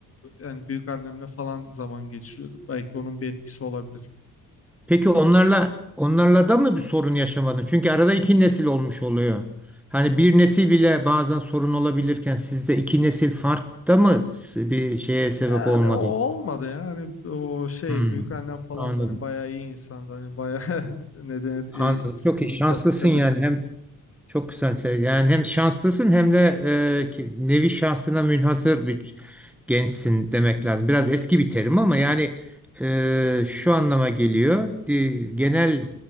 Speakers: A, on the left (about 40°); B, in the centre.
A: yani büyük annemle falan zaman geçiriyordum. Belki onun bir etkisi olabilir.
B: Peki onlarla onlarla da mı bir sorun yaşamadın? Çünkü arada iki nesil olmuş oluyor. Hani bir nesil bile bazen sorun olabilirken sizde iki nesil fark da mı bir şeye sebep
A: Yani
B: olmadı?
A: o olmadı ya. Hani o şey
B: Hmm,
A: büyük annem falan
B: anladım.
A: da hani bayağı iyi insandı. Hani bayağı <laughs> ne denir
B: Anladım.
A: e, se-
B: Çok iyi. Şanslısın
A: sevecek.
B: yani. Hem Çok güzel. şey. Yani hem şanslısın hem de e, ki- nevi şahsına münhasır bir gençsin demek lazım. Biraz eski bir terim ama yani e, şu anlama geliyor. Di- Genel